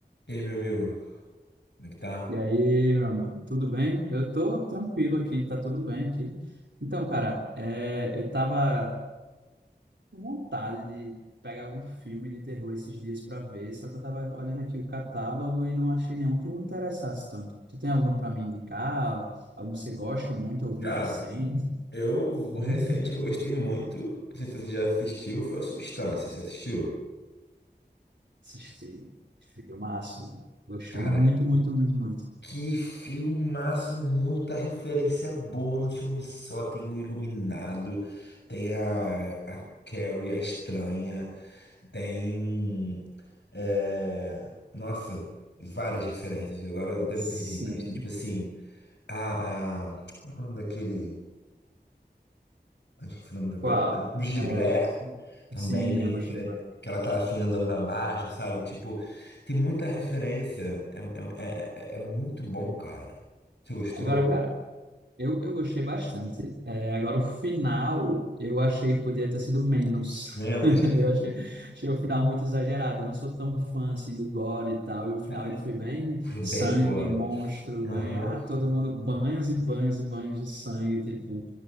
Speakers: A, on the left (about 85°); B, on the right (about 90°).
A: E aí, meu amigo, como é que tá?
B: E aí, meu amigo, tudo bem? Eu tô tranquilo aqui, tá tudo bem aqui. Então, cara, é, eu tava com vontade de pegar algum filme de terror esses dias pra ver, só que eu tava olhando aqui o catálogo e não achei nenhum que me interessasse tanto. Tu tem algum pra me indicar? Algum que você goste muito, ouviu
A: Cara,
B: recente?
A: eu,
B: Hum.
A: o recente eu gostei muito, não sei se você já assistiu, foi a Substância, você assistiu?
B: Assisti, filmaço. Gostei
A: Cara,
B: muito, muito, muito, muito.
A: que filmaço, muita referência boa no filme só, tem o Iluminado, tem a, a Carrie, a Estranha, tem, é, nossa, várias referências, agora até
B: Sim.
A: me perdi, mas tem tipo assim, a, a, como é o nome daquele... Ai, Esse nome do
B: Qual?
A: cara. né, Bruxa de
B: É,
A: Blair também
B: sim,
A: tem
B: a
A: referência.
B: Bruxa
A: Que ela tá assim andando pra baixo, sabe? Tipo, tem muita referência. É, é, é, é é muito bom, cara. Você gostou?
B: Agora, cara. Eu, eu gostei bastante. É, agora, o final, eu achei que podia ter sido menos.
A: Menos.
B: <laughs> Eu achei, achei o final muito exagerado. Eu não sou tão fã, assim, do gore e tal. E o final,
A: <laughs>
B: ele foi bem
A: Foi bem
B: sangue,
A: gore.
B: monstro,
A: Aham.
B: bem... Ah, todo mundo... Banhos e banhos e banhos de sangue, tipo...